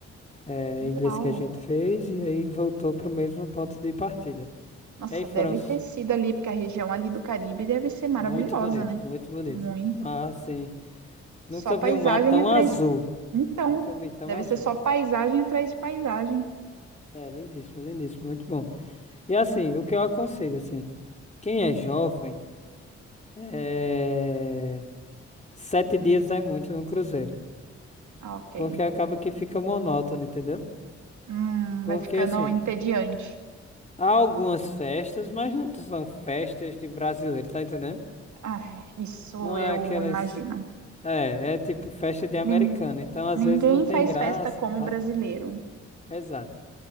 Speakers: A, on the left; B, on the right.
A: eh,
B: Uau!
A: ilhas que a gente fez e aí voltou para o mesmo ponto de partida.
B: Nossa,
A: E aí foram
B: deve
A: s-
B: ter sido ali, porque a região ali do Caribe deve ser maravilhosa,
A: muito bonito,
B: né?
A: muito bonito.
B: Muito.
A: O mar, assim, nunca
B: Só paisagem
A: vi um mar tão
B: atrás
A: azul.
B: de... Então,
A: Nunca vi tão
B: deve
A: azul.
B: ser só paisagem atrás de paisagem.
A: É, lindíssimo, lindíssimo, muito bom. E assim, o que eu aconselho, assim, quem é jovem, eh, sete dias é muito num cruzeiro.
B: Ah, ok.
A: Porque acaba que fica monótono, entendeu?
B: Hum,
A: Porque
B: vai ficando
A: assim,
B: entediante.
A: há algumas festas, mas não são festas de brasileiro, tá entendendo?
B: Ah, isso
A: Não
B: eu
A: é aquelas.
B: imagino.
A: É, é tipo festa de americano,
B: Nin-
A: então às
B: ninguém
A: vezes não tem
B: faz
A: graça
B: festa como
A: tá?
B: brasileiro.
A: Exato.